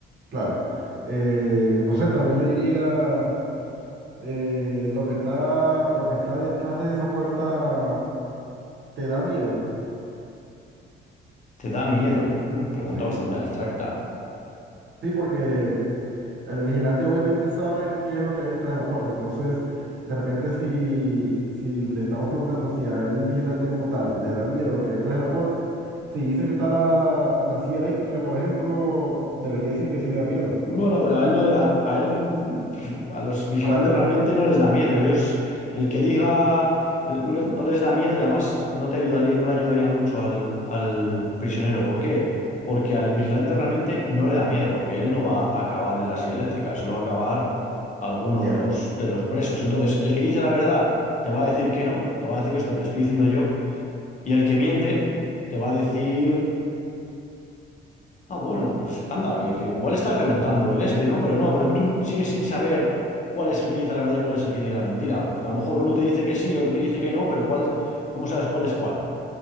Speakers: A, on the right; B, on the left.
A: claro. Eh, no sé, tal vez le diría eh, lo que está, lo que está detrás de esa puerta te da miedo.
B: Te da miedo. Mm, pregunta
A: Sí,
B: bastante abstracta.
A: sí, porque El vigilante obviamente sabe qué es lo que hay detrás de la puerta, entonces de repente si, si le estamos preguntando si a él, el vigilante como tal le da miedo lo que hay detrás de la puerta, si dice que está la, la silla eléctrica, por ejemplo, debería decir que sí le da miedo.
B: Bueno, pero
A: Y
B: a él no le da- a él no- a los vigilantes
A: para él es tra-
B: realmente no les da miedo. Ellos, el que diga, el- no, le- no les da miedo y además no te ayudaría, no le ayudaría mucho al, al prisionero. ¿Por qué? Porque al vigilante realmente no le da miedo, porque él no va a acabar en la silla eléctrica, solo va a acabar alguno
A: ya,
B: de los, de los presos. Entonces, el que dice la verdad te va a decir que no, te va a decir esto que te estoy diciendo yo, y el que miente te va a decir. Ah, bueno, pues anda, que, que igual estás reventando el este, ¿no? Pero no, pero tú sigues sin saber cuál es el que dice la verdad y cuál es el que dice la mentira. Porque a lo mejor uno te dice que sí y otro te dice que no, pero cuál es- ¿cómo sabes cuál es cuál?